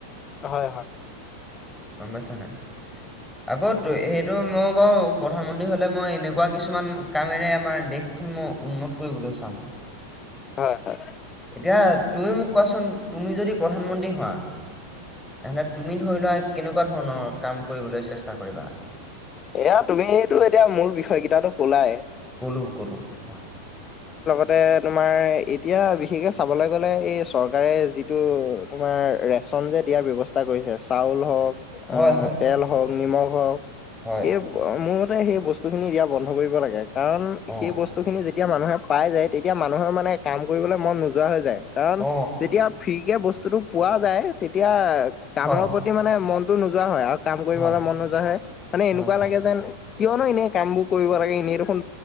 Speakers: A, on the left (about 30°); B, in the centre.
A: হয় হয়
B: গম পাইছা নে। আগত
A: উম,
B: সেইটো মই বাৰু প্ৰধানমন্ত্ৰী হলে মই এনেকুৱা কিছুমান কামেৰে আমাৰ দেশখন মই উন্নত কৰিবলৈ চাম
A: হয় হয়
B: এতিয়া তুমি মোক কোৱাচোন তুমি যদি প্ৰধানমন্ত্ৰী হোৱা তেনেহলে তুমি ধৰি লোৱা কেনেকুৱা ধৰণৰ কাম কৰিবলৈ চেষ্টা কৰিবা
A: এয়া তুমিটো এতিয়া মোৰ বিষয় কেইটাতটো কলাই
B: কলু কলু হয়
A: তাতে তোমাৰ, এতিয়া বিশেষকৈ চাবলৈ গ'লে এই চৰকাৰে যিটো, তোমাৰ ৰেচন যে দিয়াৰ ব্যৱস্থা কৰিছে। চাউল হওক
B: হয়
A: অ,
B: হয়
A: তেল হওক। নিমখ‌ও আৰু
B: হয়
A: এই, মোৰ? সেই বস্তু খিনি দিয়া বন্ধ কৰিব লাগে। কাৰণ
B: অ
A: সেই বস্তু খিনি যেতিয়া? যেতিয়া মানুহে পাই যায়। তেতিয়া মানুহৰ মানে কাম কৰিবলৈ মন নোযোৱা হৈ যায়। কাৰণ
B: অ'।
A: যেতিয়া ফ্ৰী কে বস্তুটো পোৱা যায় তেতিয়া কামৰ
B: হয়,
A: প্ৰতি মানে মন। কৌ নোযোৱা হয় আক কাম কৰিবলৈ
B: হয়,
A: মন নোযোৱা হয়। মানে
B: হয়,
A: এনেকু এনেকুৱা
B: হয়।
A: লাগে যেন কিয়নো এনেই কাম বোৰ কৰিব লাগে এনেই দেখোন